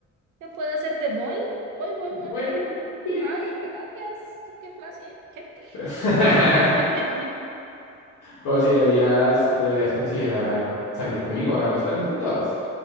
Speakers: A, on the right; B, on the left.
A: yo puedo hacerte boing, boing, boing,
B: Bueno,
A: boing, boing.
B: sí.
A: Ay, gracias, qué placer.
B: <laughs>
A: Bien. <laughs>
B: Pero sí, deberías, deberías considerar salir conmigo, hagamos planes juntos.